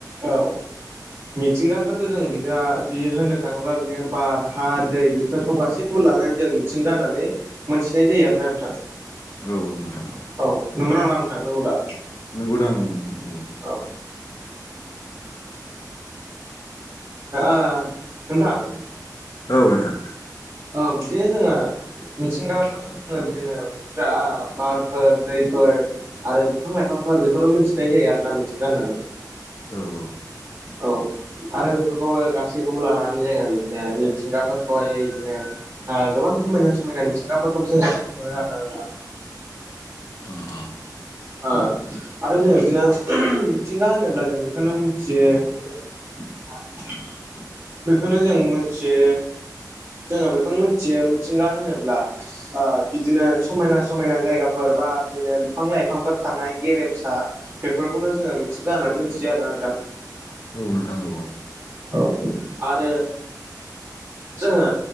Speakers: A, on the right (about 35°); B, on the left (about 55°).
A: औ मिथिंगाखौथ' जों बिजा बियो होनो थाङोब्ला बिदिनो बार हा दै बेफोरखौ गासैखौबो लानानै जों मिथिंगा होनानानै मोनथिनाय जायो आरो ना नोंथां‌।
B: औ नोंथां औ
A: औ नंगौ नङा नोंथां नंगौदा?
B: नोंगौदां उम नोंगौ नोंगौ
A: औ <unintelligible> नोंथां
B: औ नोंथां
A: औ बिदिनो जोङो मिथिंगाखौथ' जोङो बिदिनो बि बार फोर दैफोर आरो बिफां लाइफांफोर बेखौनो मिथिनाय जायो आरो ना मिथिंगा होननानै
B: औ औ
A: औ आरो बेफोरखौबो गासैखौबो लानानै जोङो बिदिनो मिथिंगाफोरखौहाय बिदिनो ओ गोबां समायना समायना मिथिंगाफोरखौबो जोङो नुनो मोनो आरोना नोंथां
B: अ अ
A: ओ आरो जोङो बिदिनो मिथिंगा होनोब्ला जों बेखौनो मिथियो <unintelligible> बेखौनो जों मिथियो जोङो बेखौनो मिथियो मिथिंगा होनोब्ला बिदिनो समायना समायना जायगाफोर बा बिदिनो बिफां लाइफां बिफांफोर थानाय गेरेमसा बेफोरखौनो जोङो मिथिंगा होननानै मिथियो आरोना नोंथां
B: औ नोंथां नंगौ
A: औ आरो जोङो